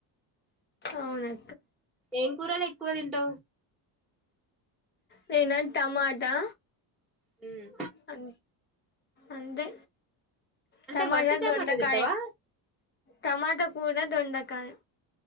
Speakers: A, on the left (about 25°); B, in the centre.
A: అవునా
B: ఏం కూరలు ఎక్కువ తి త్
A: నేనా టమాటా
B: హ్మ్
A: అం అంతే
B: అంటే
A: టమాట,
B: వట్టి టమాటా
A: దొండకాయ
B: తింటావా
A: టమాట కూరా దొండకాయ కాదు